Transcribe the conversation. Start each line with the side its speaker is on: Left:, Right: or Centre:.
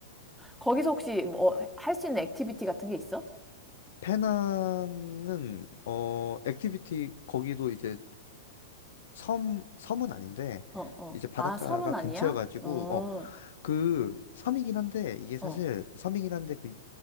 Centre: 거기서 혹시 뭐 할 수 있는 액티비티 같은 게 있어?
Left: 페낭은 어, 액티비티 거기도 이제 섬 섬은 아닌데
Centre: 어, 어.
Left: 이제 바닷가가
Centre: 아, 섬은 아니야?
Left: 근처여 가지고
Centre: 어,
Left: 어, 그 섬이긴 한데 이게 사실
Centre: 어.
Left: 섬이긴 한데 그